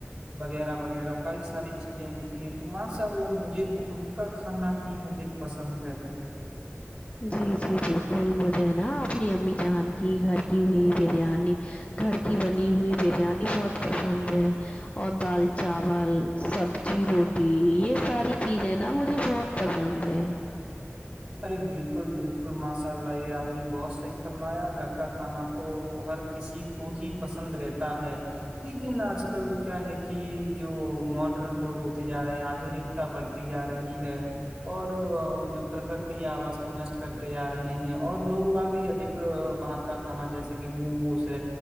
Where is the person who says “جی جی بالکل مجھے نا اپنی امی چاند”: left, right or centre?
Left